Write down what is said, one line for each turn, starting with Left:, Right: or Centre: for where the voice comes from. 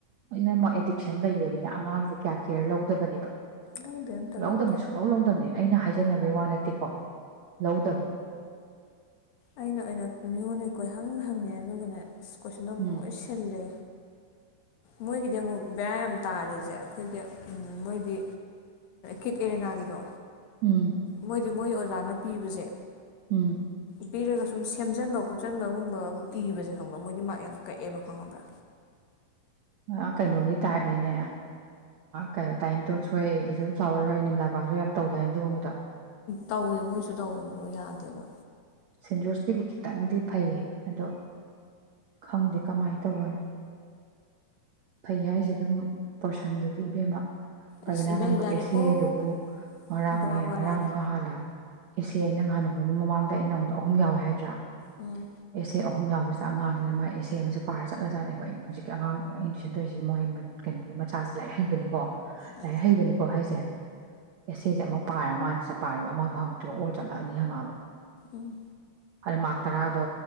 Right: ꯂꯣꯏꯅꯃꯛ ꯑꯦꯗꯤꯛꯁꯟ ꯂꯩꯕꯅꯤꯅ ꯑꯉꯥꯡꯁꯦ ꯀꯌꯥ ꯀꯦꯌꯔ ꯂꯧꯗꯕꯅꯦꯕ
Left: ꯂꯧꯗꯦ ꯑꯝꯇ
Right: ꯂꯧꯗꯝꯅꯤ
Left: ꯂꯧꯗꯦ
Right: ꯁꯨꯡꯛꯂꯧ ꯂꯧꯗꯝꯅꯤ ꯑꯩꯅ ꯍꯥꯏꯖꯤꯟ ꯖꯟꯅꯕꯩ ꯋꯥ ꯅꯠꯇꯦꯀꯣ ꯂꯧꯗꯝꯅꯤ
Left: ꯑꯩꯅ ꯑꯣꯏꯅ ꯃꯤꯉꯣꯟꯗꯩ ꯀꯣꯏ ꯍꯪ ꯍꯪꯉꯦ ꯑꯗꯨꯒꯅꯦ ꯀꯣꯢꯁꯟ ꯑꯃꯨꯛ
Right: ꯎꯝ
Left: ꯂꯣꯏ ꯁꯤꯜꯂꯦ ꯃꯣꯏꯒꯤꯗꯤ ꯑꯃꯨꯛ ꯕꯦꯔ ꯌꯥꯝ ꯇꯥꯔꯤꯁꯦ ꯑꯩꯈꯣꯏꯒꯤ ꯃꯣꯏꯗꯤ ꯀꯤꯠ ꯑꯦꯔꯦꯅꯥꯒꯤꯗꯣ
Right: ꯎꯝ
Left: ꯃꯣꯏꯗꯤ ꯃꯣꯏ ꯑꯣꯖꯥꯅ ꯄꯤꯕꯁꯦ
Right: ꯎꯝ
Left: ꯄꯤꯔꯒ ꯁꯨꯝ ꯁꯦꯝꯖꯟꯕ ꯈꯣꯠꯆꯟꯕꯒꯨꯝꯕ ꯑꯗꯨꯝ ꯏꯕꯁꯦ ꯈꯪꯕ꯭ꯔ ꯃꯣꯏꯗꯤ ꯃꯥꯔ꯭ꯛ ꯌꯥꯝ ꯀꯛꯑꯦꯕ ꯈꯪꯉꯕ꯭ꯔꯥ
Right: ꯃꯥ ꯀꯩꯅꯣꯒꯤ ꯇꯥꯏꯞꯅꯤꯅꯦ ꯀꯩꯅꯣ ꯇꯥꯏ ꯅꯤ ꯇꯣꯠꯁ ꯈꯣꯢ ꯂꯤꯇꯜ ꯐ꯭ꯂꯋꯥꯔ ꯍꯣꯢ ꯅꯤꯔꯃꯂꯥꯕꯥꯁ ꯍꯣꯢ ꯌꯥꯝ ꯇꯧꯗꯥꯏꯅ ꯑꯗꯨꯒꯨꯝꯕꯗꯣ
Left: ꯇꯧꯋꯦ ꯃꯣꯏꯁꯨ ꯇꯧꯋꯦꯕꯗꯣ ꯌꯥꯗꯦꯕ
Right: ꯁꯦꯟꯖꯣꯔꯁꯀꯤꯗꯤ ꯈꯤꯇꯪꯗꯤ ꯐꯩꯌꯦ ꯑꯗꯣ ꯈꯪꯗꯦ ꯀꯃꯥꯏꯅ ꯇꯧꯕꯅꯣ ꯐꯩ ꯍꯥꯏꯁꯦ ꯑꯗꯨꯝ ꯄꯣꯔꯁꯟꯗꯨꯗꯤ ꯏꯕꯦꯝꯃ ꯄ꯭ꯔꯕꯤꯅꯥ
Left: ꯏꯁ ꯏꯕꯦꯝ
Right: ꯅꯪꯕꯨ
Left: ꯌꯥꯔꯦꯀꯣ
Right: ꯑꯦ ꯁꯦ ꯗꯨꯕꯨ ꯉꯔꯥꯡꯅꯦ
Left: ꯕꯔꯥꯋꯥꯂꯥꯅꯦ
Right: ꯉꯔꯥꯡꯂ ꯉꯍꯥꯟꯂ ꯑꯦꯁꯦ ꯑꯩ ꯅꯍꯥꯟ ꯅꯣꯡꯃ ꯃꯃꯥꯡꯗ ꯑꯩ ꯅꯉꯣꯟꯗ ꯑꯍꯨꯝ ꯌꯥꯎꯑꯦ ꯍꯥꯏꯗ꯭ꯔꯥ
Left: ꯎꯝ
Right: ꯑꯦꯁꯦ ꯑꯍꯨꯝ ꯌꯥꯎꯕꯁꯤ ꯁꯤ ꯑꯉꯥꯡꯁꯤꯅ ꯃꯥꯥꯏ ꯑꯦꯁꯦ ꯑꯃꯁꯦ ꯄꯥꯔ ꯆꯠꯂꯖꯥꯠꯅꯦꯕ ꯑꯩ ꯍꯧꯖꯤꯛꯀꯤ ꯑꯉꯥꯡ ꯑꯩꯅ ꯇꯨꯏꯁꯟ ꯇꯧꯔꯤꯁꯤꯒꯤ ꯃꯣꯢ ꯀꯩꯅꯣꯒꯤ ꯃꯆꯥꯁꯦ ꯂꯥꯏꯔꯤꯛ ꯍꯩꯕꯅꯤꯀꯣ
Left: ꯎꯝ
Right: ꯂꯥꯏꯔꯤꯛ ꯍꯩꯕꯅꯤꯀꯣ ꯍꯥꯏꯁꯦ ꯑꯦꯁꯦꯁꯦ ꯑꯃ ꯄꯥꯔ ꯃꯥ ꯆꯠꯄꯥꯔꯤꯕ ꯑꯃꯗꯣ ꯍꯪꯉꯛꯇ꯭ꯔꯣ ꯑꯣꯔ ꯆꯠꯂꯛꯑꯒ ꯑꯅꯤ ꯍꯪꯉꯛꯑꯕ
Left: ꯎꯝ
Right: ꯑꯥꯏ ꯃꯥ ꯇꯔꯥꯗꯣ